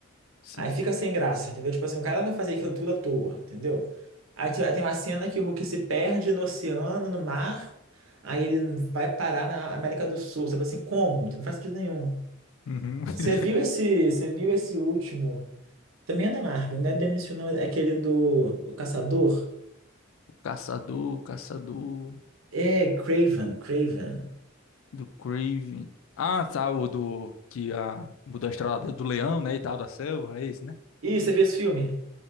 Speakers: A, on the left (about 75°); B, on the right (about 85°).
A: Sim.
B: Aí fica sem graça, entendeu? Tipo assim, o cara vai fazer aquilo tudo à toa, entendeu? Aí te- aí tem uma cena que o Hulk se perde no oceano, no mar, aí ele vai parar na América do Sul. Você fala assim, como? Não faz sentido nenhum.
A: Uhum. <laughs>
B: Você viu esse, você viu esse último? Também é da Marvel, não é do MCU, não, é aquele do o Caçador?
A: Caçador, caçador
B: É, Craven, Craven.
A: do Craven. Ah, tá, o do que a mudou a estrela do leão, né, e tal, da selva, é esse, né?
B: Ih, você viu esse filme?